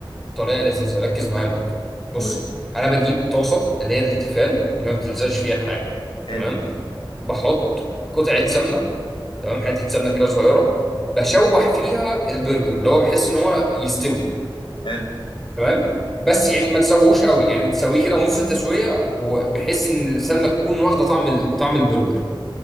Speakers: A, in the centre; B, on the left.
A: طريقه لذيذه ركز معايا موت بص
B: قول لي
A: انا بجيب طاسه اللي هي التيفال اللي ما بتلزقش فيها الحاجه
B: حلو
A: تمام بحط قطعه سمنه تمام حته سمنه كده صغيره بشوح فيها البرجر اللي هو بحس ان هو يستوي
B: حلو
A: تمام بس يعني ما تسويهوش قوي يعني تسويه كده نص التسويه وبحيث ان السمنه تكون واخده طعم ال- طعم البرجر